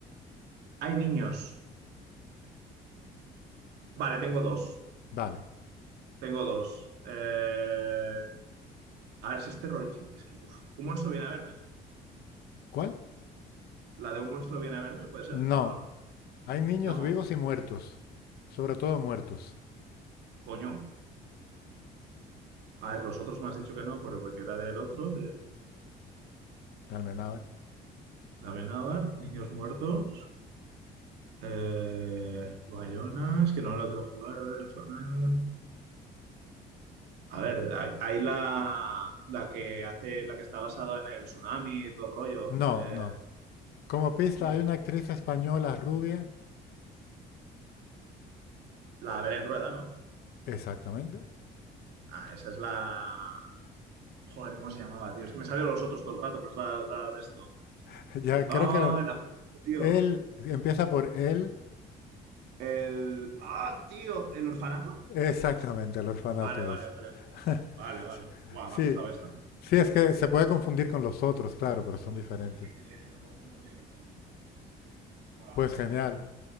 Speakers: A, on the right; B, on the left.
A: Hay niños. Vale, tengo dos.
B: Vale.
A: Tengo dos. Eh, a ver si es terrorífico. Es que, uf, un monstruo viene a verme.
B: ¿Cuál?
A: ¿La de un monstruo viene a verme? ¿Puede ser?
B: No,
A: No, no.
B: hay niños
A: No,
B: vivos y muertos, sobre todo muertos,
A: coño. A ver, los otros me has dicho que no, pero porque era del otro, del
B: de Almenábar.
A: Amenábar, Niños Muertos, eh, Bayona, es que no la quiero jugar, a ver, el Fortnite. A ver, hay, hay la, la que hace, la que está basada en el tsunami y todo el rollo.
B: No,
A: eh,
B: no. Como pista
A: no
B: hay
A: sé,
B: una actriz española rubia,
A: la Belén Rueda, ¿no?
B: exactamente.
A: Ah, esa es la... Joder, ¿cómo se llamaba, tío? Es que me salieron los otros todo el rato, pero es la, la de esto.
B: <laughs> Ya
A: Ah,
B: creo que
A: la confundo, tío.
B: él empieza por él
A: El. ¡Ah, tío! ¿El orfanato?
B: Exactamente, el orfanato
A: Vale, vale,
B: es.
A: vale, vale.
B: <laughs>
A: Vale, vale. Guau,
B: Sí,
A: me ha costado esta.
B: sí, es que se puede confundir con los otros, claro, pero son diferentes.
A: Sí, sí, es que los confundo siempre son dos, tío. Sí, sí, sí. guau
B: Pues
A: mira,
B: genial.
A: al final